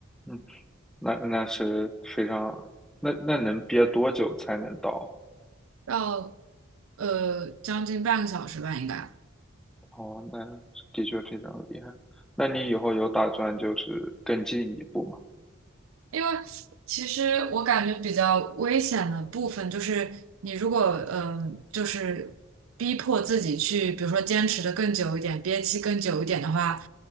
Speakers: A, in the centre; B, on the right (about 85°).
A: 嗯，那那是非常，那那能憋多久才能到？
B: 要呃将近半个小时吧，应该。
A: 哦，那的确非常厉害。那你以后有打算就是更进一步吗？
B: 因为其实我感觉比较危险的部分就是，你如果嗯、呃就是逼迫自己去，比如说坚持的更久一点，憋气更久一点的话，